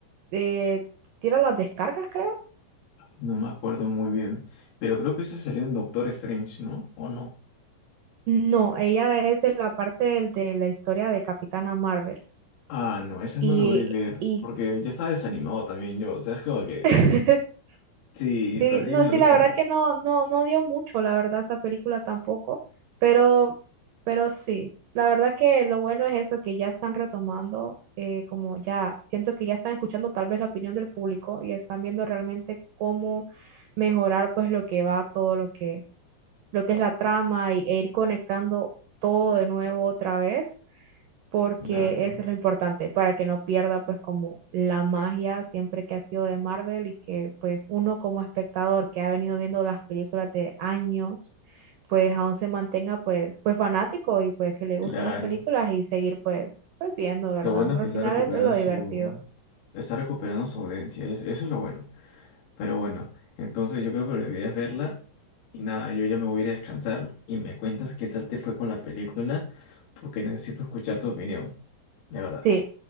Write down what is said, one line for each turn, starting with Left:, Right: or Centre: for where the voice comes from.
Right: eh, tira las descargas, creo.
Left: No me acuerdo muy bien, pero creo que eso salió en Doctor Strange, ¿no? ¿O no?
Right: No, ella es de la parte del- de, la historia de Capitana Marvel.
Left: Ah, no, esas
Right: Y,
Left: no logré ver,
Right: y
Left: porque ya estaba desanimado también yo, o sea, es como que
Right: <laughs>
Left: sí,
Right: Sí,
Left: perdí
Right: no,
Left: el
Right: sí,
Left: origen.
Right: la verdad
Left: de-
Right: que no, no, no dio mucho, la verdad, esa película tampoco, pero, pero sí, la verdad que lo bueno es eso, que ya están retomando, eh, como ya, siento que ya están escuchando tal vez la opinión del público y están viendo realmente cómo mejorar pues lo que va, todo lo que, lo que es la trama y, e ir conectando todo de nuevo otra vez porque
Left: Claro,
Right: eso es lo importante, para que no pierda pues como la magia siempre que ha sido de Marvel y que pues uno como espectador que ha venido viendo las películas de años, pues aún se mantenga pues, pues fanático y pues que le
Left: claro.
Right: gusten las películas y seguir pues, pues viendo, ¿verdad?
Left: Lo bueno es
Right: Al
Left: que está
Right: final
Left: recuperando
Right: es es lo
Left: su,
Right: divertido.
Left: está recuperando su audiencia, es- eso es lo bueno. Pero bueno, entonces yo creo que deberías verla. Y nada, yo ya me voy a ir a descansar y me cuentas qué tal te fue con la película, porque necesito escuchar tu opinión, de verdad.
Right: Sí,